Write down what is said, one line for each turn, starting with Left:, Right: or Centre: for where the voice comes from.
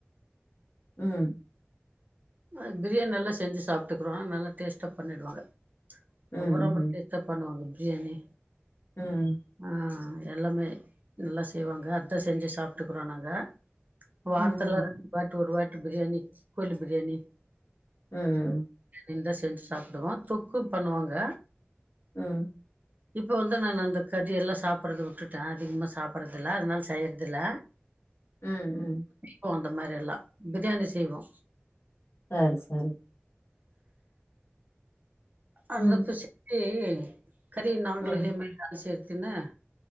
Left: ம்.
Right: அ பிரியாண் நல்லா செஞ்சு சாப்டுக்குறோ நல்லா டேஸ்ட்டா பண்ணிடுவாங்க.
Left: ம்,
Right: ரொம்ப ரொம்ப
Left: ம்,
Right: டேஸ்ட்டா பண்ணுவாங்க பிரியாணி.
Left: ம்.
Right: அ எல்லாமே நல்லா செய்வாங்க அத்தா செஞ்சு சாப்ட்டுக்குறோ நாங்க.
Left: ம்,
Right: வார்த்துல ரெண்டு வாட் ஒரு வாட்டி பிரியாணி கோழி பிரியாணி.
Left: ம் ம்.
Right: இந்தா செஞ்சு சாப்புடுவோ தொக்கு பண்ணுவாங்க.
Left: ம்.
Right: இப்ப வந்து நானு அந்த கறியெல்லா சாப்பட்றது உட்டுட்டே அதிகமா சாப்பட்றதில்ல அதனால செய்யறதில்ல.
Left: ம் ம்.
Right: கு அந்த மாரி எல்லா பிரியாணி செய்வோ.
Left: சாரி சரி.
Right: அந்த
Left: ம்,
Right: அப்ப <inaudible> கறிய நாங்குளு
Left: ம்,
Right: இதே மாரி <unintelligible> தின்னு